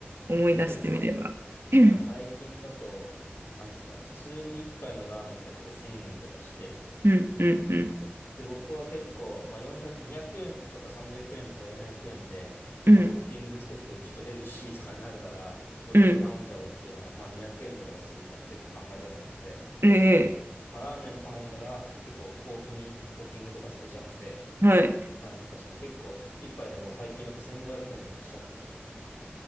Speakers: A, on the right (about 70°); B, on the left (about 70°).
A: 思い出してみれば。
B: ですよね。
A: うん
B: まあなんか最近だと、なんですか、普通の一杯のラーメンだけで1000円とかして、
A: うんうんうん
B: で、僕は結構、まあ400、200円とか300円とか400円で、
A: うん。
B: まあトッピングつけてちょっとヘルシーとかになるなら、もう全部頼んじゃおうっていうような、
A: うん
B: まあ200円とかだしみたいな結構考え方なので、
A: ええ
B: まあラーメン頼んだら結構豊富にトッピングとかつけちゃうんで、
A: はい。
B: なんですか、その結構一杯でもう最近だと1500円とかしちゃうんですよ。